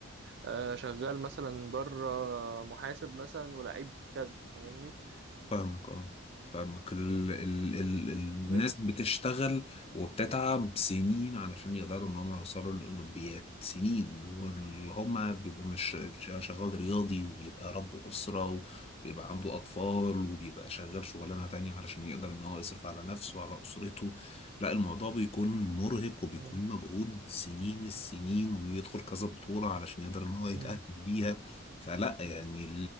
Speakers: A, on the right (about 50°); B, on the left (about 25°).
A: آه، شغال مثلا بره محاسب مثلا ولعيب كذا فاهمني
B: فاهمك اه فاهمك ال... ال... ال... الناس
A: بس
B: بتشتغل وبتتعب سنين علشان يقدروا ان هم يوصلوا للاولمبياد سنين واللي هم بيبقوا مش شغال شغال رياضي وبيبقى رب اسره وبيبقى عنده اطفال وبيبقى شغال شغلانه تانية علشان يقدر ان هو يصرف على نفسه وعلى اسرته لا الموضوع بيكون مرهق وبيكون
A: مم.
B: مجهود سنين السنين وبيدخل كذا بطوله علشان يقدر ان هو يتاهل
A: مم.
B: ليها فلا يعني